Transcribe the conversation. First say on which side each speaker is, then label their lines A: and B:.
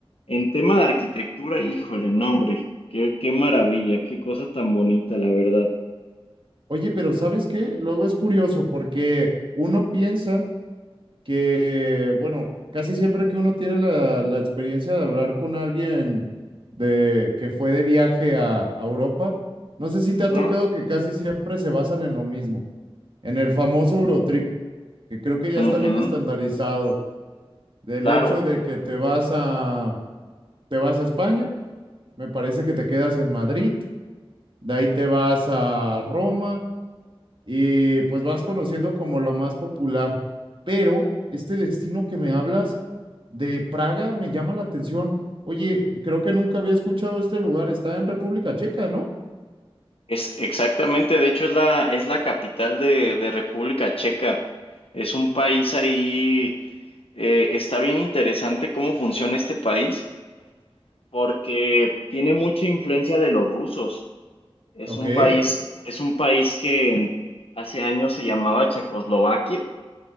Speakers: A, on the left; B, on the right.
A: en tema de arquitectura, híjole, no, hombre, qué, qué maravilla, qué cosa tan bonita, la verdad.
B: Oye, pero ¿sabes qué? Luego es curioso porque uno piensa que, bueno, casi siempre que uno tiene la, la experiencia de hablar con alguien de que fue de viaje a, a Europa, no sé si te
A: Ujú,
B: ha tocado que casi siempre se basan en lo mismo, en el famoso Eurotrip, que creo que ya
A: ujú,
B: está bien estandarizado, del
A: claro.
B: hecho de que te vas a, te vas a España Me parece que te quedas en Madrid, de ahí te vas a Roma y pues vas conociendo como lo más popular. Pero este destino que me hablas de Praga me llama la atención. Oye, creo que nunca había escuchado este lugar. Está en República Checa, ¿no?
A: Es exactamente, de hecho es la, es la capital de, de República Checa. Es un país ahí, eh, está bien interesante cómo funciona este país, porque tiene mucha influencia de los rusos. Es
B: Ok,
A: un país, es un país que en- hace años se llamaba Checoslovaquia